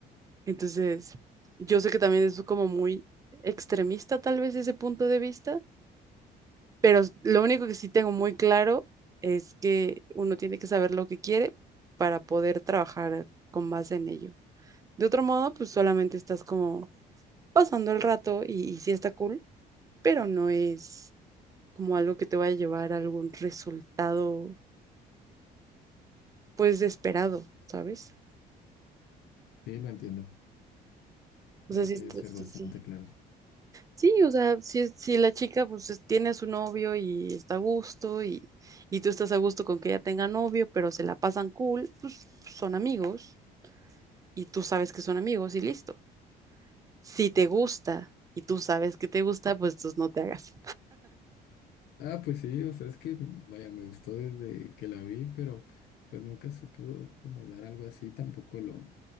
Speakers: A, on the right; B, on the left.
A: Entonces, yo sé que también es como muy extremista tal vez ese punto de vista pero lo único que sí tengo muy claro es que uno tiene que saber lo que quiere para poder trabajar con base en ello. De otro modo, pues solamente estás como pasando el rato y, y sí está cool, pero no es como algo que te vaya a llevar a algún resultado pues esperado, ¿sabes?
B: Sí, lo entiendo.
A: O sea,
B: Hay
A: sí, está-
B: que ser
A: sí,
B: bastante
A: sí.
B: claros.
A: Sí, o sea, si, si la chica pues es- tiene a su novio y está a gusto y, y tú estás a gusto con que ella tenga novio, pero se la pasan cool, pues son amigos. y tú sabes que son amigos y listo. Si te gusta y tú sabes que te gusta, pues tú no te hagas.
B: Ah, pues sí, o sea, es que, vaya, me gustó desde que la vi, pero pues nunca se pudo como dar algo así, tampoco lo